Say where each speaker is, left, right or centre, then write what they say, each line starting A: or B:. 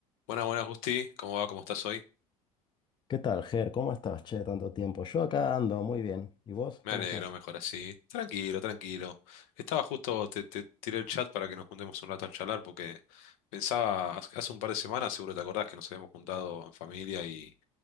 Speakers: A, on the left (about 65°); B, on the left (about 25°).
A: Buenas, buenas, Gusti. ¿Cómo va? ¿Cómo estás hoy?
B: ¿Qué tal, Ger? ¿Cómo estás? Che, tanto tiempo. Yo acá ando muy bien. ¿Y vos?
A: Me
B: ¿Cómo
A: alegro,
B: estás?
A: mejor así. Tranquilo, tranquilo. Estaba justo, te, te tiré el chat para que nos juntemos un rato a charlar porque pensaba, hace hace un par de semanas, seguro te acordás que nos habíamos juntado en familia y